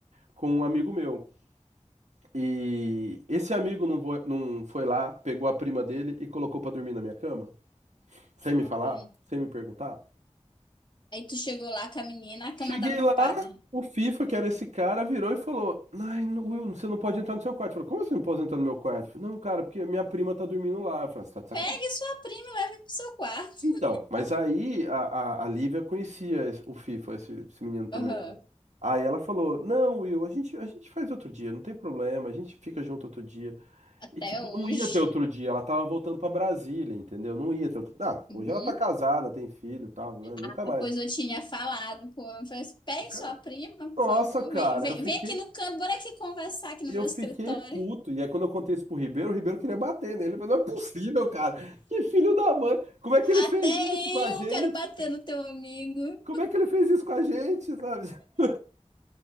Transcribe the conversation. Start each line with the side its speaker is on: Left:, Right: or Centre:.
Right: com um amigo meu. E esse amigo não foi, não foi lá, pegou a prima dele e colocou pra dormir na minha cama, sem
Left: Ai.
Right: me falar, sem me perguntar.
Left: Aí tu chegou lá com a menina, a
Right: Cheguei
Left: cama tava
Right: lá,
Left: ocupada.
Right: o FIFA, que era esse cara, virou e falou: Ai, no- Will, você não pode entrar no seu quarto. Eu falei, como você não pode entrar no meu quarto? Eu falei, não, cara, porque minha prima tá dormindo lá. Eu falei, você tá de sacanagem.
Left: Pegue sua prima e leve pro seu quarto.
Right: Então, mas aí a, a, a Lívia conhecia esse- o FIFA, esse, esse menino também,
Left: Aham.
Right: né? Aí ela falou: Não, Will, a gente, a gente faz outro dia, não tem problema, a gente fica junto outro dia.
Left: Até
Right: E, tipo,
Left: hoje.
Right: não ia ter outro dia, ela tava voltando pra Brasília, entendeu? Não ia ter outro Ah, hoje
Left: Uhum.
Right: ela tá casada, tem filho e tal, né? Nunca
Left: Ah,
Right: mais.
Left: Pois eu tinha falado com ele, eu falei, assim, pegue
Right: Nunca-
Left: sua prima, por
Right: Nossa,
Left: favor,
Right: cara,
Left: vem, vem,
Right: eu fiquei
Left: vem aqui no canto, bora aqui conversar aqui no
Right: Eu
Left: meu escritório.
Right: fiquei puto. E aí, quando eu contei isso pro Ribeiro, o Ribeiro queria bater nele. Ele falou, não é possível, cara. Que filho da mãe. Como é que ele fez
Left: Até
Right: isso com a gente?
Left: eu quero bater no teu amigo.
Right: Como é que ele fez isso com a gente, sabe? <laughs>